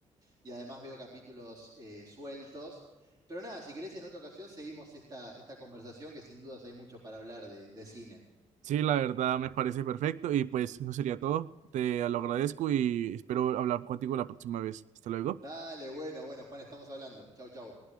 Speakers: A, on the right; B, on the right.
A: y además veo capítulos eh, sueltos. Pero nada, si querés en otra ocasión seguimos esta, esta conversación que sin dudas hay mucho para hablar de, de cine.
B: Sí, la verdad me parece perfecto. Y pues eso sería todo. Te lo agradezco y espero hablar contigo la próxima vez. Hasta luego.
A: Dale, bueno, bueno, Juan, estamos hablando. Chau, chau.